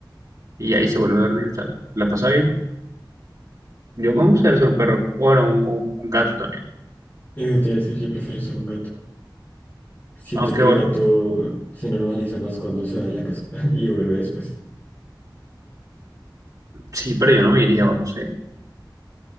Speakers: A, on the right; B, on the left.
A: Y ahí se vuelve a dormir, o sea, la pasa bien. Yo me gustaría ser un perro, bueno, un, un- un gato también.
B: Eso te iba a decir, yo prefiero ser un gato. Siento
A: Aunque
B: que
A: bueno,
B: el gato se normaliza más cuando se va de la casa <laughs> y vuelve después.
A: sí, pero yo no me iría, o no sé.